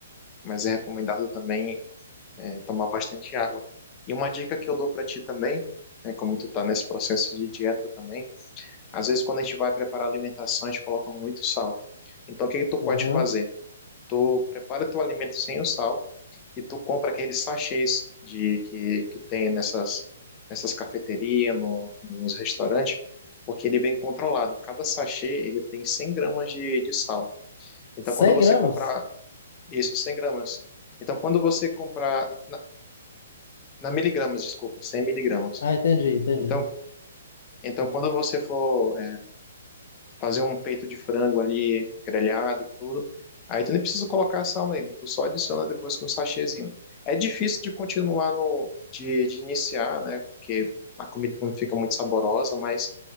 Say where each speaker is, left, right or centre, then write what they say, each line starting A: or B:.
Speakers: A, on the left; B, on the left.
A: mas é recomendado também é, tomar bastante água. E uma dica que eu dou para ti também, né, como tu tá nesse processo de dieta também, às vezes quando a gente vai preparar alimentação, a gente coloca muito sal. Então o que que tu pode
B: aham.
A: fazer? Tu prepara teu alimento sem o sal, e tu compra aqueles sachês de que, que tem nessas nessas cafeterias, no, nos restaurantes, porque ele vem controlado. Cada sachê ele tem 100 gramas de, de sal. Então,
B: cem
A: quando você
B: gramas?
A: comprar isso, 100 gramas. Então, quando você comprar na, na miligramas, desculpa, cem miligramas.
B: Ah, entendi, entendi.
A: Então, então, quando você for fazer um peito de frango ali, grelhado, tudo. Aí tu nem precisa colocar sal nele, tu só adiciona depois com um sachêzinho. É difícil de continuar no, de, de iniciar, né? Porque a comida não fica muito saborosa, mas